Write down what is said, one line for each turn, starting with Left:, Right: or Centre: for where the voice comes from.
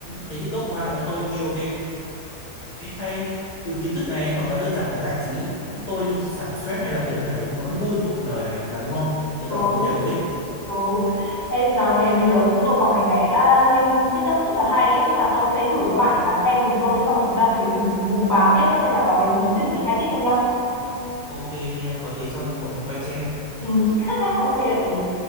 Left: thấy TikTok mang lại cho tôi nhiều cái, cái hay từ kiến thức này hoặc là đơn giản là giải trí. Tôi xả stress hay là kiểu như là đấy nó vẫn vui trong cuộc đời này mà đúng không? Tất
Right: ừ,
Left: cả mọi thứ đều có ích.
Right: ừ. Ê, nói thế mới nhớ chúng tôi có mấy cái à, link TikTok rất là hay ấy. chắc là tôi sẽ gửi cho bạn để bạn xem cùng tôi nhé xong chúng ta thử cùng cùng bà tiếp nhé xem là có cái ý tưởng gì hay tiếp không nhá
Left: Ok nha, có gì xong bọn mình quay chen.
Right: ừ. <laughs> ok đợi tí